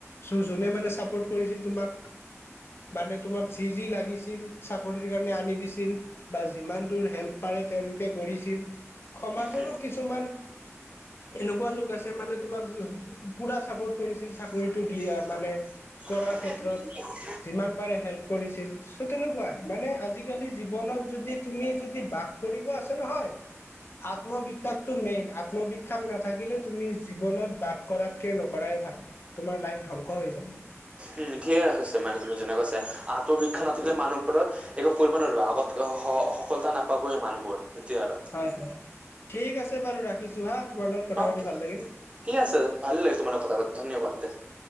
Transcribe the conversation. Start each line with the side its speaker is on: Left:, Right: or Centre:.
Left: চ জো মানে চাপৰ্ কৰিছিল তোমাক- মানে তোমাক যি যি লাগিছিল চাকৰিৰ কাৰণে আনি দিছিল বা যিমান দৰ হেল্প প- তেওঁলোকে কৰিছিল সমাজৰো
Right: উম
Left: কিছুমান,। এনেকুৱা লোক আছে মানে তোমাক পুৰা চাপৰ্ট কৰিছিল।
Right: <unintelligible>
Left: চাকৰিটো দি মানে
Right: <inaudible>
Left: কৰাৰ ক্ষেত্ৰত যিমান পাৰে হেল্প কৰিছিল চ' তেনেকুৱাই মানে আজিকালি জীৱনত যদি তুমি যদি। তাগ কৰিব আছে নহয়। আত্মবিশ্বাসটো মেইন আত্মবিশ্বাস নাথাকিলে তুমি জীৱনত বাস কৰাতকে নকৰাই ভ তোমাৰ লাইফ ধ্বংস হৈ যাব। <unintelligible>
Right: উ ঠিকে কৈছে মানে তুমি যেনে কৈছ আত্মবিশ্বাস নাথাকিলে মানুহ ওপৰত একো কৰিব নোৱাৰিবা আগত সফলতা নাপাবয় মানুহবোৰ এতিয়া আৰু
Left: হয় হয় ঠিক আছে বাৰু ৰাখিছোঁ হা তোমাৰ লগত কথা
Right: অ
Left: পাতি ভাল লাগিল
Right: ঠিক আছে ভাল লাগে তোমাৰ কথা পাতি ধন্যবাদ দে